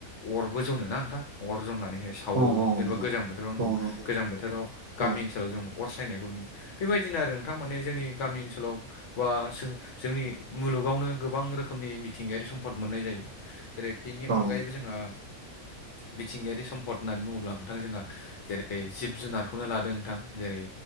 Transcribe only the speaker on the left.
अरबो जनो ना नोंथां अर जननानैहाय
सावो जेनेबा गोजां बोथोराव
गोजां बोथोराव गामि
ओनसोलाव जों अर सायनायखौ नुयो बेबायदिनो आरो नोंथां माने जोंनि गामि ओनसोलाव बा सो जोंनि मुलुगावनो गोबां रोखोमनि मिथिंगायारि सम्पद मोननाय जायो। जेरै बिनि
अनगायैबो
जोंहा मिथिंगायारि सम्फद
होननानै बुङोब्ला नोंथां जोंहा जेरै जेरै जिब जुनारखौनो लादों नोंथां जेरै